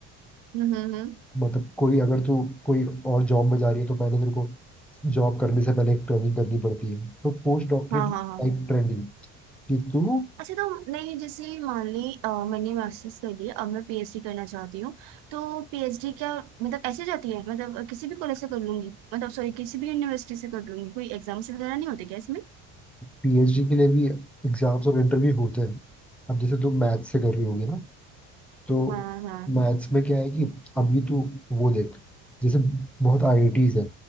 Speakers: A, on the right; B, in the centre.
A: हम्म हम्म,
B: मतलब कोई अगर तू कोई और जॉब में जा रही है तो पहले तेरे को जॉब करने से पहले एक ट्रेनिंग करनी पड़ती है तो पोस्ट डॉक्टरेट
A: हाँ
B: लाइक
A: हाँ हाँ
B: ट्रेनिंग कि तू
A: अच्छा तो नहीं जैसे मान ली अ, मैंने मास्टर्स कर लिया अब मैं पीएचडी करना चाहती हूँ तो पीएचडी क्या मतलब ऐसे जाती है मतलब किसी भी कॉलेज से कर लूंगी मतलब सॉरी किसी भी यूनिवर्सिटी से कर लूंगी कोई एग्जाम्स वगैरह नहीं होते क्या इसमें
B: पीएचडी के लिए भी एग्जाम्स और इंटरव्यू होते हैं अब जैसे तू मैथ्स से कर रही होगी ना तो
A: हाँ हाँ
B: मैथ्स में क्या है कि अभी तू वो देख जैसे बहुत आईआईटीज है